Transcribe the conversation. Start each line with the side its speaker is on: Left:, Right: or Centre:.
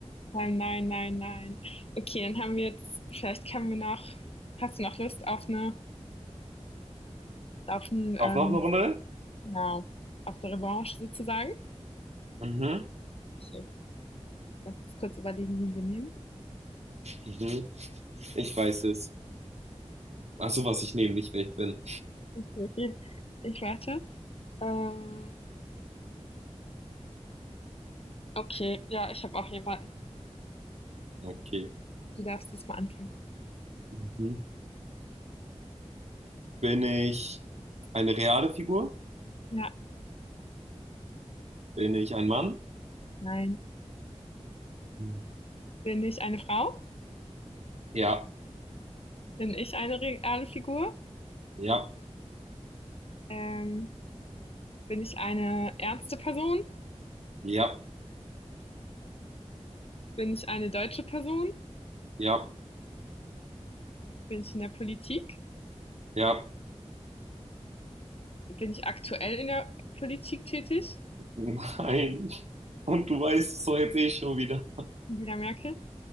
Left: Nein, nein, nein, nein. Okay, dann haben wir jetzt vielleicht können wir noch hast du noch Lust auf eine, auf 'n,
Right: Auf
Left: ähm
Right: noch eine Runde?
Left: genau, auf eine Revanche sozusagen?
Right: Mhm.
Left: Okay, lass uns kurz überlegen, wen wir nehmen.
Right: Mhm. Ich weiß es. Ach so, was ich nehme, nicht wer ich bin.
Left: Okay, ich warte. Ähm, okay, ja, ich habe auch jemanden.
Right: Okay.
Left: Du darfst diesmal anfangen.
Right: Mhm. Bin ich eine reale Figur?
Left: Ja,
Right: Bin ich ein Mann?
Left: nein.
Right: Mhm.
Left: Bin ich eine Frau?
Right: Ja,
Left: Bin ich eine reale Figur?
Right: ja,
Left: Ähm, bin ich eine ernste Person?
Right: ja,
Left: Bin ich eine deutsche Person?
Right: ja,
Left: Bin ich in der Politik?
Right: ja.
Left: Bin ich aktuell in der Politik tätig?
Right: Nein. Und du weißt es doch jetzt eh schon wieder.
Left: Angela Merkel?